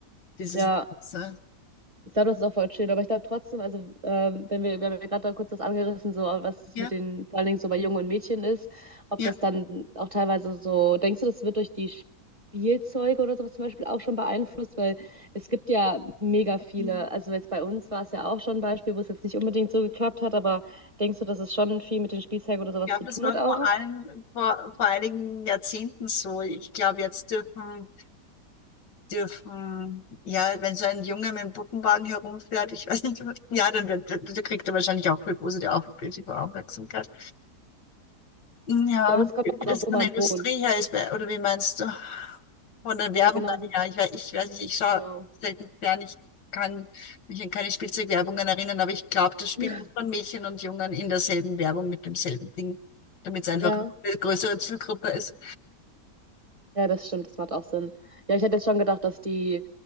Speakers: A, on the left; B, on the right.
A: dieses.
B: ja.
A: so.
B: Ich glaube, das ist auch voll schön, aber ich glaube trotzdem, also ähm, wenn wir, wir haben ja gerade da kurz das angerissen, so was es
A: Ja,
B: mit den, vor allen Dingen so bei Jungen und Mädchen ist, ob
A: ja.
B: das dann auch teilweise so, denkst du, das wird durch die Spielzeuge oder sowas zum Beispiel auch schon beeinflusst? Weil es gibt ja mega viele,
A: Ich
B: also jetzt bei uns war es ja auch schon ein Beispiel, wo es jetzt nicht unbedingt so geklappt hat, aber denkst du, dass es schon viel mit den Spielzeugen oder sowas
A: glaube,
B: zu
A: das
B: tun
A: war
B: hat auch?
A: vor allem vor, vor einigen Jahrzehnten so. Ich glaube, jetzt dürfen dürfen, ja, wenn so ein Junge mit dem Puppenwagen herumfährt, ich weiß nicht, ja, dann wird, dann kriegt er wahrscheinlich auch viel positive Auf- positive Aufmerksamkeit. Ja,
B: Ich glaube, das kommt
A: wie
B: auch
A: das
B: an, wo
A: von
B: man
A: der Industrie
B: wohnt.
A: her ist, oder wie meinst du? Von der Werbung
B: Ja, genau, also
A: her, ich, weiß ich weiß nicht, ich schaue
B: genau.
A: selten fern, ich kann mich an keine Spielzeugwerbungen erinnern, aber ich glaube, das spielt
B: <laughs>
A: von Mädchen und Jungen in derselben Werbung mit demselben Ding, damit es einfach
B: Ja.
A: eine größere Zielgruppe ist.
B: Ja, das stimmt, das macht auch Sinn. Ja, ich hätte jetzt schon gedacht, dass die,